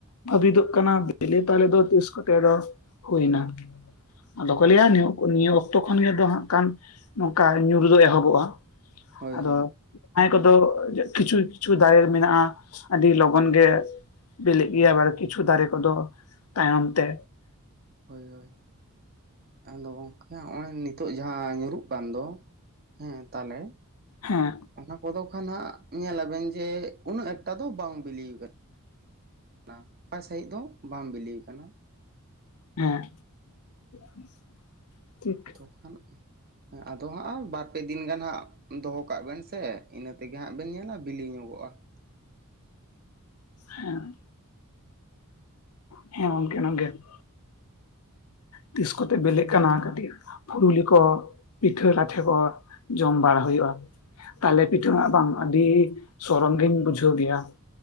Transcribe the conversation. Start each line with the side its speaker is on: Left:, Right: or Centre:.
Left: ᱵᱷᱟᱹᱵᱤᱛᱚᱜ ᱠᱟᱱᱟ ᱵᱮᱞᱮ ᱛᱟᱞᱮ ᱫᱚ ᱛᱤᱥ ᱠᱚᱛᱮ ᱨᱚᱥ ᱦᱩᱭ ᱱᱟ ᱟᱫᱚ ᱠᱚ
Right: ᱦᱳᱭ
Left: ᱞᱟᱹᱭᱟ ᱱᱤᱭᱟᱹ ᱱᱤᱭᱟᱹ ᱚᱠᱛᱚ ᱠᱷᱚᱱ ᱜᱮ ᱫᱚ ᱦᱟᱸᱜᱠᱟᱱ ᱱᱚᱝᱠᱟ ᱧᱩᱨᱩ ᱫᱚ ᱮᱦᱚᱵᱚᱜ-ᱟ᱾
Right: ᱦᱳᱭ
Left: ᱟᱫᱚ
Right: ᱦᱳᱭ
Left: ᱡᱟᱦᱟᱸᱭ ᱠᱚᱫᱚ ᱠᱤᱪᱷᱩ ᱠᱤᱪᱷᱩ ᱫᱟᱨᱮ ᱟᱹᱰᱤ ᱞᱚᱜᱚᱱ ᱜᱮ ᱵᱤᱞᱤᱜ ᱜᱮ ᱟᱵᱟᱨ ᱠᱤᱪᱷᱩ ᱫᱟᱨᱮ ᱠᱚᱫᱚ ᱛᱟᱭᱚᱢ ᱛᱮ
Right: ᱦᱳᱭ ᱦᱳᱭ <inaudible> ᱟᱫᱚ ᱜᱚᱢᱠᱮ ᱦᱟᱜ ᱱᱤᱛᱚᱜ ᱡᱟᱦᱟᱸ ᱧᱩᱨᱩᱜ ᱠᱟᱱ ᱫᱚ ᱦᱮᱸ ᱛᱟᱦᱚᱞᱮ <inaudible>
Left: ᱦᱮᱸ
Right: ᱚᱱᱟ ᱠᱚᱫᱚ ᱠᱷᱟᱱ ᱦᱟᱸᱜ ᱧᱮᱞᱟᱵᱮᱱ ᱡᱮ ᱩᱱᱟᱹᱜ ᱮᱠᱴᱟ ᱫᱚ ᱵᱟᱝ ᱵᱤᱞᱤᱭ ᱟᱠᱟ ᱱᱟ ᱚᱠᱟ ᱥᱟᱺᱦᱤᱡ ᱫᱚ ᱵᱟᱝ ᱵᱤᱞᱤ ᱟᱠᱟᱱᱟ ᱾
Left: ᱦᱮᱸ <inaudible> ᱴᱷᱤᱠ ᱾
Right: ᱟᱫᱚ ᱠᱷᱟᱱ <inaudible> ᱟᱫᱚ ᱦᱟᱸᱜ ᱵᱟᱨ ᱯᱮ ᱫᱤ ᱫᱤᱱ ᱜᱟᱱ ᱦᱟᱸᱜ ᱫᱚᱦᱚ ᱠᱟᱜ ᱵᱮᱱ ᱥᱮ ᱤᱱᱟᱹ ᱛᱮᱜᱮ ᱦᱟᱸᱜ ᱵᱮᱱ ᱧᱮᱞᱟ ᱵᱤᱞᱤ ᱧᱚᱜᱚᱜ-ᱟ ᱾
Left: ᱦᱮᱸ <inaudible> ᱦᱮᱸ ᱜᱚᱝᱠᱮ <inaudible> ᱛᱤᱥ ᱠᱚᱛᱮ ᱵᱤᱞᱤᱜ ᱠᱟᱱᱟ ᱠᱟᱹᱴᱤᱡ ᱯᱩᱨᱩᱞᱤ ᱠᱚ ᱯᱤᱴᱷᱟᱹ ᱞᱟᱴᱷᱮ ᱠᱚ ᱡᱚᱢ ᱵᱟᱲᱟ ᱦᱩᱭᱩᱜ-ᱟ ᱾ ᱛᱟᱦᱚᱞᱮ ᱯᱤᱴᱷᱟ. ᱦᱟᱜ ᱵᱟᱝ ᱟᱰᱤ ᱥᱚᱨᱚᱢ ᱜᱤᱧ ᱵᱩᱡᱷᱟᱹᱣ ᱜᱮᱭᱟ